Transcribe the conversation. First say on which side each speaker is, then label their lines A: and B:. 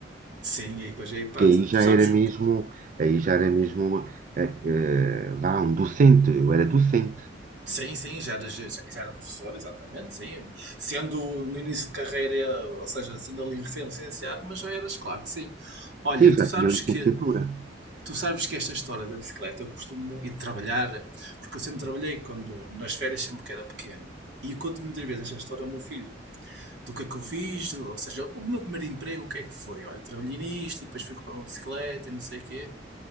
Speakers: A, on the right; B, on the right.
A: Sim, aí, pois aí passa.
B: Porque aí já
A: Tu sabes
B: era mesmo,
A: o que.
B: aí já era mesmo, eh, eh, vá, um docente. Eu era docente.
A: Sim, sim, já era, já já era professor, exatamente, sim. Sendo no início de carreira, ou seja, sendo ali recém-licenciado, mas já eras, claro que sim. Olha,
B: Sim, já
A: tu sabes
B: tinha licenciatura.
A: que Tu sabes que esta história da bicicleta eu costumo ir trabalhar, porque eu sempre trabalhei quando nas férias sempre que era pequeno. E eu conto muitas vezes esta história ao meu filho. Do que é que eu fiz, ou seja, o meu primeiro emprego, o que é que foi? Olha, trabalhei nisto, e depois fui comprar uma bicicleta e não sei o quê.